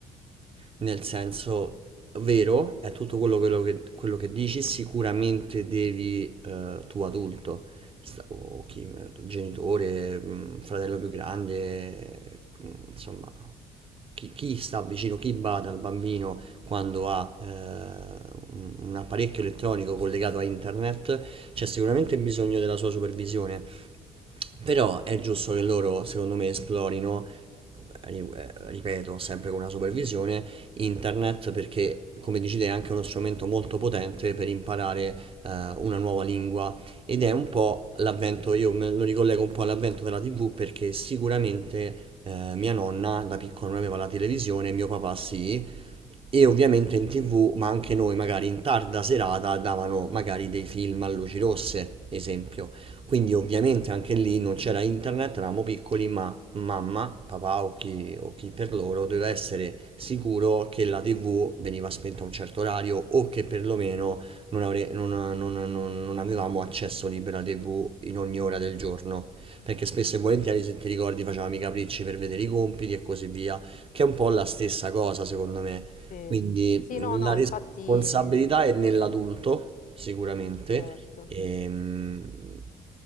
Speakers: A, on the right; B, on the left.
A: Nel senso, vero, è tutto quello, quello che, quello che dici, sicuramente devi, eh, tu adulto, sta- o chi, genitore, mh, fratello più grande, mh, insomma, chi, chi sta vicino, chi bada al bambino quando ha eh, un un apparecchio elettronico collegato a internet, c'è sicuramente bisogno della sua supervisione. Però è giusto che loro, secondo me, esplorino ri- eh, ripeto, sempre con una supervisione, internet perché, come dici te, è anche uno strumento molto potente per imparare eh, una nuova lingua ed è un po' l'avvento, io me lo ricollego un po' all'avvento della TV perché sicuramente eh, mia nonna da piccola non aveva la televisione, mio papà sì. E ovviamente in TV, ma anche noi, magari in tarda serata, davano magari dei film a luci rosse, esempio. Quindi ovviamente anche lì non c'era internet, eravamo piccoli, ma mamma, papà o chi, o chi per loro doveva essere sicuro che la TV veniva spenta a un certo orario o che perlomeno non, avre- non- non- non- non avevamo accesso libero alla TV in ogni ora del giorno. Perché spesso e volentieri, se ti ricordi, facevamo i capricci per vedere i compiti e così via, che è un po' la stessa cosa, secondo me.
B: Sì.
A: Quindi
B: Sì,
A: la
B: no, no,
A: responsabilità
B: infatti,
A: è nell'adulto, sicuramente,
B: certo.
A: ehm,